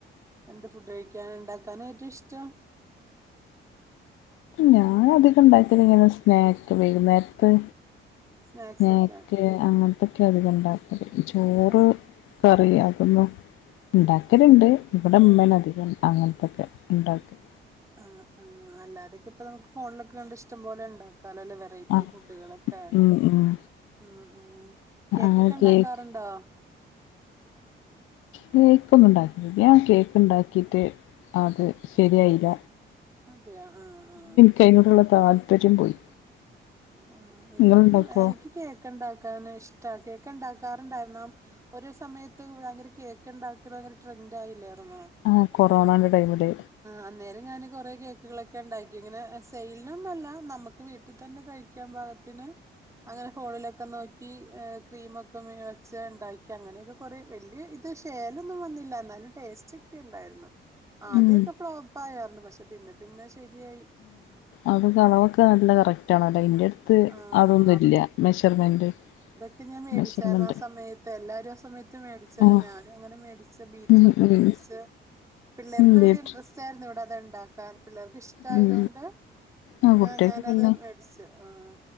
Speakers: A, on the right; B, on the left.
A: എന്ത് ഫുഡ് കഴിക്കൻ ഉണ്ടാക്കാന ഏറ്റവും ഇഷ്ട്ട
B: ഞാൻ അധികം ഉണ്ടാക്കിയത് ഇങ്ങനെ സ്നാക്ക്സ് വൈകുനേരത്തെ
A: സ്നാക്സ്
B: സ്നാക്ക്
A: ഒക്കെ
B: അങ്ങനത്തൊക്കെ അധിക ഇണ്ടാക്കല് ചോറ്
A: ആഹ്
B: കറി അതൊന്നും ഉണ്ടാക്കലുണ്ട് ഇവിടെ ഉമ്മേന
A: ആഹ്
B: അധികം അങ്ങനത്തൊക്കെ ഉണ്ടാക്കും
A: ആഹ് അല്ലാതൊക്കെ ഇപ്പൊ നമുക്ക് ഫോണൊക്കെ കണ്ട ഇഷ്ടം പോലെ ഉണ്ടാവും നല്ല നല്ലവെറൈറ്റി
B: ആഹ്
A: ഫുഡുകളൊക്കെ
B: ഉം ഉം
A: ഉം ഉം കേക്കൊക്കെ
B: അങ്ങനെ
A: ഉണ്ടാക്കാറുണ്ടോ
B: കേക്ക് കേക്കൊന്ന ഉണ്ടാക്കില്ല ഞാൻ കേക്ക് ഉണ്ടാക്കിയിട്ട് അത് ശരിയായില്ല
A: അതെയ ആഹ് ആഹ്
B: എനിക്ക്അതിനോട്ള്ള താല്പര്യം പോയി
A: ആഹ് എനിക്കും
B: നിങ്ങളുണ്ടാക്കോ
A: എനിക്ക് കേക്ക് ഇണ്ടാക്കാൻ ഇഷ്ട കേക്ക് ഇണ്ടാക്കാറുണ്ടായിുന്ന ഒരു സമയത്ത് ഭയങ്കര കേക്ക ഉണ്ടാക്കി ഭയങ്കര ട്രെൻഡയില്ലായിരുന്നു
B: ആ കൊറോണന്റെ ടൈമില്
A: അന്നേരം ഞാൻ കുറെ കേക്കുകളൊക്കെ ഉണ്ടാക്കി ഇങ്ങനെ സെയിലിനൊന്നുല്ല നമക്ക് വീട്ടിൽ തന്നെ കഴിക്ക ക്ക പാകത്തിന് അങ്ങനെ ഫോണില ക്കെ നോക്കി ക്രീമ ഒക്കെ വെച്ച ഉണ്ടാക്കി അങ്ങനെയൊക്കെ കൊറേ വല്യ ശേലൊന്നും വന്നില്ല എന്നാലും ടേസ്റ്റ് ഒക്കെ ഉണ്ടായിരുന്നു ആദ്യൊക്കെ
B: ഉം
A: ഫ്ലോപ്പ ആയാരുന്നു പക്ഷെ പിന്നെ പിന്നെ ശെരിയായി
B: അത് അളവൊക്കെ നല്ല കറക്റ്റ് ആണല്ലോ അന്റെ അടുത്ത്
A: ആഹ്
B: അതൊന്നും ഇല്ല മെഷർമെന്റ്
A: ഇപ്പോ ഞാൻ മേടിച്ചായിരുന്നു
B: മെഷർമെന്റ്
A: ആ സമയത്ത് എല്ലാവരും ആ സമയത്ത് മേടിച്ചല്ലോ
B: ആഹ്
A: ഞാനും അങ്ങനെ മേടിച്ച ബീറ്ററൊക്കെ
B: ഉം ഉം
A: മേടിച്ച് പിള്ളർക്ക്
B: ഉം
A: ഭയങ്കര
B: ബീറ്റ്
A: ഇൻട്രസ്റ്റ് ആയിരുന്നു ഇവിടെ അത ഉണ്ടാക്കാൻ പിള്ളേ ഇഷ്ടയതൊണ്ട്
B: ഉം
A: പിന്നെ
B: ആഹ് കുട്ടികൾക്ക്
A: ഞാനത്
B: പിന്നെ
A: മേടിച്ചു ആഹ്